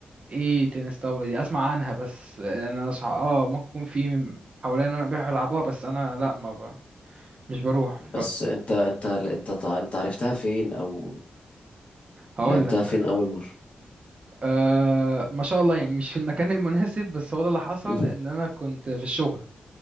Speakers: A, on the right; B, on the left.
A: ايه تنس طاولة دي اسمع عنها بس آه، انا صح اه ممكن يكون في حواليا بيحبوا يلعبوها بس انا لا ما ب... مش بروح
B: بس انت انت انت تع- انت عرفتها فين او
A: هقول
B: لعبتها
A: لك
B: فين اول مرة
A: أه ما شاء الله يعني مش في المكان <laughs> المناسب بس هو ده اللي حصل
B: <laughs> مم.
A: ان انا كنت في الشغل